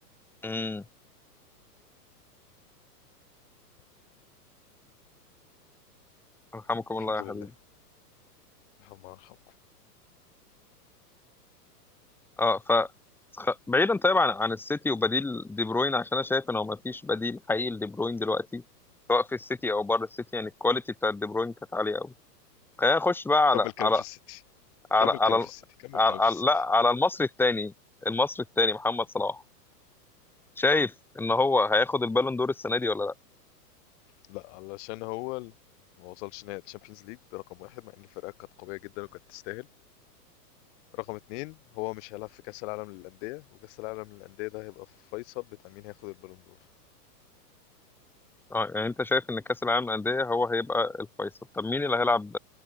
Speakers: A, in the centre; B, on the left (about 45°).
A: امم رحمكم
B: الحمد
A: الله يا
B: لله
A: حبيبي
B: رحمة يرحمكم
A: اه ف خ- بعيدا طيب عن عن السيتي وبديل دي بروين عشان انا شايف ان هو ما فيش بديل حقيقي لدي بروين دلوقتي سواء في السيتي او بره السيتي يعني الكواليتي بتاع دي بروين كانت عاليه قوي خلينا نخش بقى
B: كمل
A: على
B: كلام
A: على
B: في السيتي
A: على
B: كمل
A: على,
B: كلام
A: ال-
B: في السيتي كمل
A: على,
B: كلام
A: على
B: في السيتي
A: لا على المصري الثاني المصري الثاني محمد صلاح شايف ان هو هياخد البالون دور السنه دي ولا لا
B: لا علشان هو ال- ما وصلش نهائي الشامبيونز ليج ده رقم واحد مع ان الفرقه كانت قويه جدا وكانت تستاهل رقم اتنين هو مش هيلعب في كاس العالم للانديه وكاس العالم للانديه ده هيبقى فيصل بتاع مين هياخد البالون دور
A: اه يعني انت شايف ان كاس العالم للانديه هو هيبقى الفيصل طب مين اللي هيلعب